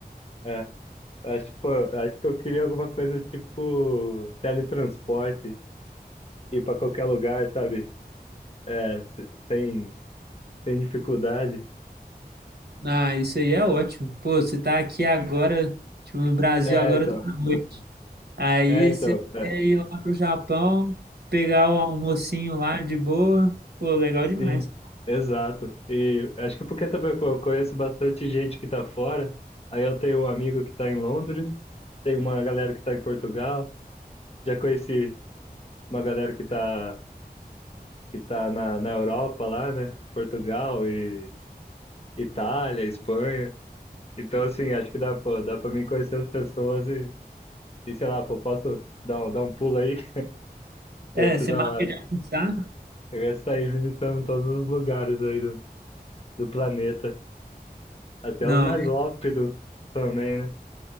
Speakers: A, on the left (about 40°); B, on the right (about 80°).
A: É, acho, pô, acho que eu queria alguma coisa tipo teletransporte, ir pra qualquer lugar, sabe? É, se- sem, sem dificuldade.
B: Ah, isso aí é ótimo. Pô, você tá aqui agora, tipo, no Brasil
A: É,
B: agora
A: então.
B: tá noite. Aí
A: É, então.
B: você
A: É,
B: quer ir lá pro Japão, pegar o almocinho lá de boa. Pô, legal demais.
A: sim, exato. E acho que porque também, pô, eu conheço bastante gente que tá fora. Aí eu tenho um amigo que tá em Londres, tem uma galera que tá em Portugal. Já conheci uma galera que tá, que tá na, na Europa lá, né? Portugal e Itália, Espanha. Então, assim, acho que dá, pô, dá pra mim conhecer as pessoas e, e sei lá, pô, posso dar, um- dar um pulo aí? <laughs>
B: É,
A: Ia ser
B: você
A: da
B: marca
A: hora.
B: de almoçar?
A: Eu ia sair visitando todos os lugares aí do, do planeta, até
B: Não,
A: os mais hóspedos também, né?